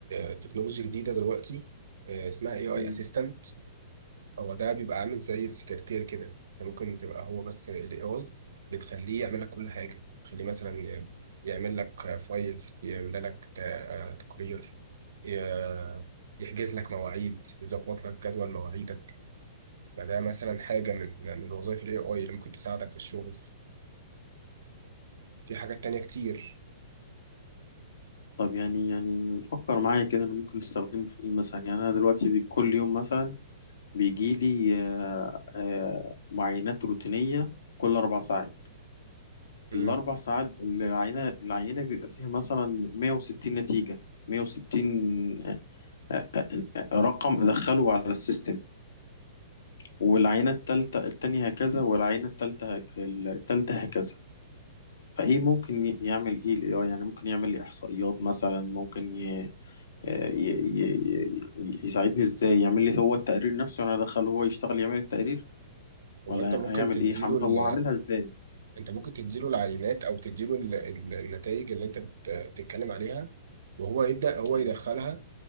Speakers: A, on the right; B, on the left.
A: آه، تكنولوجيا جديده دلوقتي آه، اسمها اي اي
B: مم.
A: اسيستنت هو ده بيبقى عامل زي السكرتير كده انت ممكن تبقى هو بس ال AI بتخليه يعمل لك كل حاجة تخليه مثلا ي- يعمل لك فايل يعمل لك ت- آه تقرير ي- يحجز لك مواعيد يظبط لك جدول مواعيدك فده مثلا حاجة من من وظائف ال AI اللي ممكن تساعدك في الشغل في حاجات تانية كتير
B: طب يعني يعني فكر معايا كده أنا ممكن أستخدمه في إيه مثلا يعني أنا دلوقتي بي- كل يوم مثلا بيجيلي آه، آه، معاينات روتينية كل أربع ساعات
A: مم.
B: الأربع ساعات العينة العينة بيبقى فيها مثلا 160 نتيجة 160 آه، آه، آه، آه، رقم أدخله على السيستم والعينة التالتة التانية هكذا والعينة التالتة هك- التالتة هكذا فإيه ممكن ي- يعمل إيه ال AI يعني ممكن يعمل لي إحصائيات مثلا ممكن ي... آه، ي... ي... ي- يساعدني إزاي يعمل لي هو التقرير نفسه أنا أدخله هو يشتغل يعمل التقرير
A: هو
B: ولا
A: انت ممكن
B: هيعمل
A: تديله
B: ايه هعمل طب
A: ال...
B: وهعملها ازاي
A: انت ممكن تديله العينات او تديله ال... ال- النتائج اللي انت بت... بتتكلم عليها وهو يبدأ هو
B: أيوة.
A: يدخلها